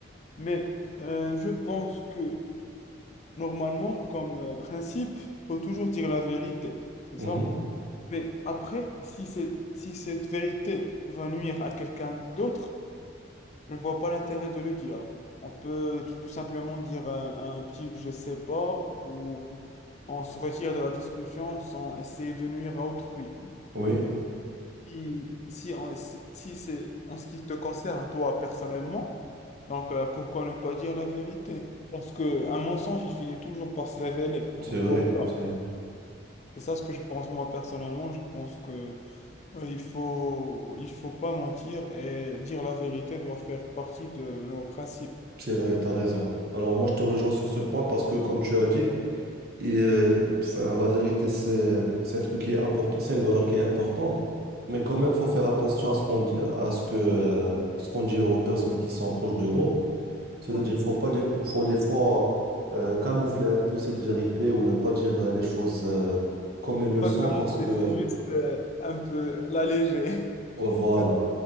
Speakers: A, on the left; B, on the right.
A: Mais euh, je pense que normalement, comme euh, principe, faut toujours dire la vérité, c'est
B: Mhm.
A: ça? Mais après, si c'est, si cette vérité va nuire à quelqu'un d'autre, je ne vois pas l'intérêt de le dire. On peut tout simplement dire euh, un petit je sais pas ou on se retire de la discussion sans essayer de nuire à autrui.
B: Oui,
A: Si, si, on- si, si c'est en ce qui te concerne, toi, personnellement, donc euh, pourquoi ne pas dire la vérité? Parce qu'un mensonge, il finit toujours par se révéler, donc
B: c'est vrai,
A: tôt ou tard.
B: c'est vrai,
A: C'est ça ce que je pense moi personnellement. Je pense que euh, il faut, il faut pas mentir et dire la vérité doit faire partie de nos principes.
B: c'est vrai, t'as raison. Alors moi, je te rejoins sur ce point parce que, comme tu as dit, et, euh, enfin, la vérité, c'est, c'est un truc qui est important, c'est une valeur qui est importante, mais quand même, faut faire attention à ce qu'on dit, à ce que, euh, ce qu'on dit aux personnes qui sont proches de nous, C'est-à-dire,
A: Oui.
B: faut pas, des- faut des fois euh, camoufler un peu cette vérité ou ne pas dire euh, les choses euh, comme elles
A: C'est
B: le
A: pas
B: sont
A: camoufler,
B: parce que, euh,
A: c'est juste euh, un peu l'alléger. <laughs>
B: voilà,
A: C'est